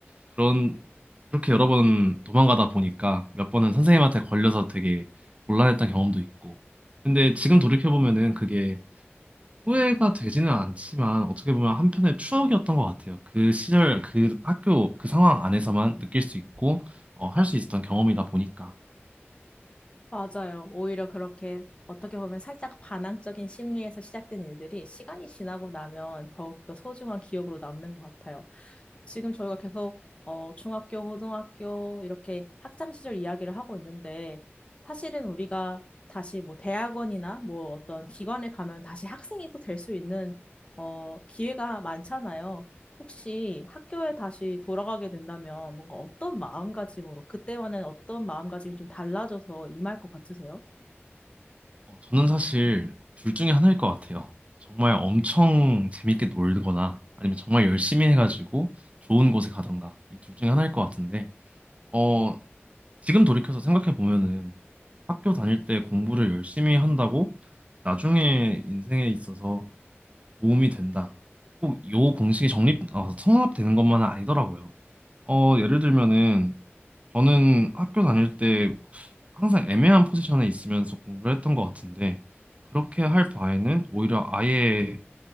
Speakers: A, on the right; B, on the left.
A: 그런 그렇게 여러 번 도망가다 보니까 몇 번은 선생님한테 걸려서 되게 곤란했던 경험도 있고. 근데 지금 돌이켜 보면은 그게 후회가 되지는 않지만 어떻게 보면 한편의 추억이었던 것 같아요. 그 시절, 그 학교, 그 상황 안에서만 느낄 수 있고 어, 할수 있었던 경험이다 보니까.
B: 맞아요. 오히려 그렇게 어떻게 보면 살짝 반항적인 심리에서 시작된 일들이 시간이 지나고 나면 더욱더 소중한 기억으로 남는 것 같아요. 지금 저희가 계속 어, 중학교, 고등학교 이렇게 학창 시절 이야기를 하고 있는데 사실은 우리가 다시 뭐 대학원이나 뭐 어떤 기관에 가면 다시 학생이 또 될 수 있는 어, 기회가 많잖아요. 혹시 학교에 다시 돌아가게 된다면 뭔가 어떤 마음가짐으로, 그때와는 어떤 마음가짐이 좀 달라져서 임할 것 같으세요?
A: 어, 저는 사실 둘 중에 하나일 것 같아요. 정말 엄청 재밌게 놀거나 아니면 정말 열심히 해가지고 좋은 곳에 가던가 이 둘 중에 하나일 것 같은데 어, 지금 돌이켜서 생각해 보면은 학교 다닐 때 공부를 열심히 한다고 나중에 인생에 있어서 도움이 된다. 꼭 요 공식이 정립 어, 성립되는 것만은 아니더라고요. 어, 예를 들면은 저는 학교 다닐 때 항상 애매한 포지션에 있으면서 공부를 했던 것 같은데 그렇게 할 바에는 오히려 아예